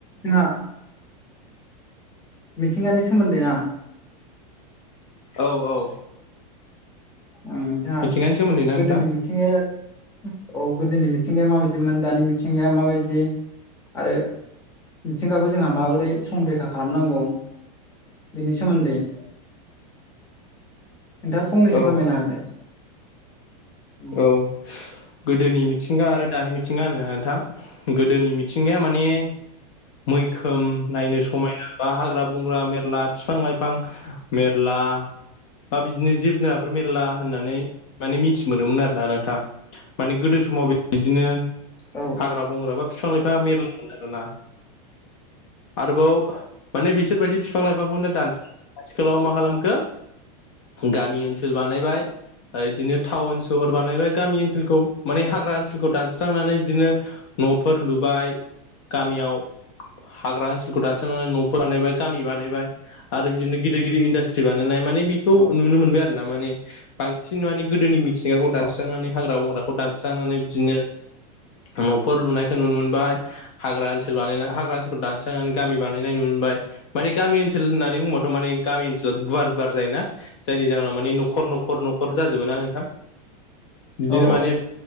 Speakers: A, on the left; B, on the left.
A: जोंहा मिथिंगानि सोमोन्दै ना।
B: औ औ।
A: उम जोंहा
B: मिथिंगानि सोमोन्दै ना
A: गोदोनि
B: नोंथां
A: मि मिथिंगाया औ गोदोनि मिथिंगाया माबायदिमोन दानि मिथिंगाया माबायदि आरो मिथिंगाखौ जोंहा माबोरै संरैखा खालामनांगौ बेनि सोमोन्दै नोंथाङा फंनैसो
B: औ
A: फोरमायना होदो? उम
B: औ गोदोनि मिथिंगा आरो दानि मिथिंगा <unintelligible> नोंथां गोदोनि मिथिंगाया मा नि मैखोम नायनो समायना बा हाग्रा बंग्रा मेरला बिफां लाइफां मेरला बा बिदिनो जिब जुनारफोर मेरला होननानै माने मिथि मोनदोंमोन आरोना नोंथां माने गोदो समाव बिदिनो
A: औ
B: हाग्रा बंग्रा बा बिफां लाइफांआ मेरलामोन आरोना। आरोबाव माने बिसोरबायदि बिफां लाइफांनो दान्स आथिखालाव मा खालामखो गामि ओनसोल बानायबाय इदिनो टाउन सोहर बानायबाय गामि ओनसोलखौ माने हाग्रा ओनसोलखौ दानस्रांनानै बिदिनो न'फोर लुबाय गामियाव हाग्रा ओनसोलखौ दानसनानै न'फोर बानायबाय गामि बानायबाय। आरो बिदिनो गिदिर गिदिर इन्डास्ट्रि बानायनाय माने बे खौ
A: औ
B: नुनो मोनबाय आरो ना माने बांसिन माने गोदोनि मिथिंगाखौ दानस्रांनानै
A: औ
B: हाग्रा बंग्राख खौ दानस्रांनानै बिदिनो न'फोर लुनायखौ नुनो मोनबाय। हाग्रा ओनसोल <unintelligible> हाग्रा ओनसोलखौ दानस्रांनानै गामि बानायनाय नुनो मोनबाय। माने गामि ओनसोल होननानै बुंबाथ' माने गामि ओनसोलाथ' गुवार गुवार जायोना? जायनि जाहोनाव माने न'खर न'खर न'खर जाजोबो ना नोंथां। बिदिनो
A: औ
B: माने